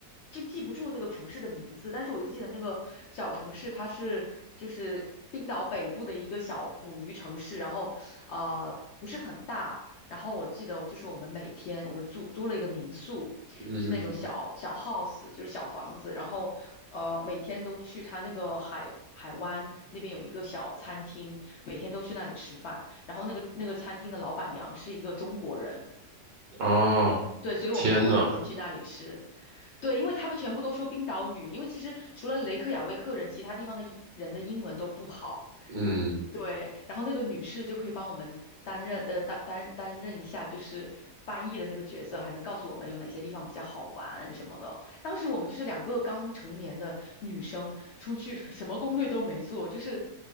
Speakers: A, on the left; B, on the right.
A: 就记不住那个城市的名字，但是我就记得那个小城市它是就是冰岛北部的一个小捕鱼城市，然后呃不是很大，然后我记得就是我们每天我们租租了一个民宿。
B: 嗯，
A: 是那种小小 house，就是小房子，然后呃每天都去他那个海海湾那边有一个小餐厅，每天都去那里吃饭，然后那个那个餐厅的老板娘是一个中国人，
B: 啊，
A: 对，所以我们才会每天去那里吃。
B: 天呐，
A: 对，因为他们全部都说冰岛语，因为其实除了雷克雅未克人，其他地方的英人的英文都不好。
B: 嗯，
A: 对，然后那个女士就可以帮我们担任呃担担担任一下就是翻译的那个角色，还能告诉我们有哪些地方比较好玩什么的。当时我们就是两个刚成年的女生出去，什么攻略都没做，就是